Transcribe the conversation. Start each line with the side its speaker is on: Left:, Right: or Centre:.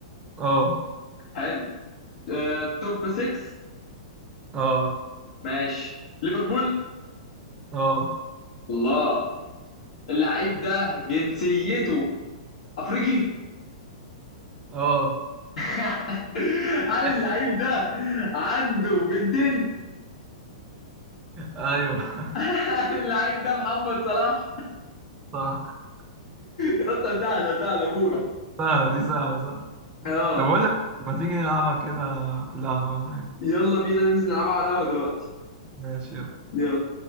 Right: اه
Left: حلو آه توب 6
Right: اه
Left: ماشي ليفربول
Right: اه
Left: الله اللعيب ده جنسيته افريقي
Right: اه
Left: <laughs> هل
Right: <laughs>
Left: اللعيب ده عنده بنتين
Right: ايوه <laughs>
Left: <laughs> هل اللعيب ده محمد صلاح
Right: صح
Left: يا اسطى سهله سهله موت
Right: سهلة دي سهلة صح
Left: اه
Right: طب اقول لك ما تيجي نلعبها كده في القهوة ولا حاجة
Left: يلا بينا ننزل نلعبها على القهوه دلوقتي
Right: ماشي يلا.
Left: يلا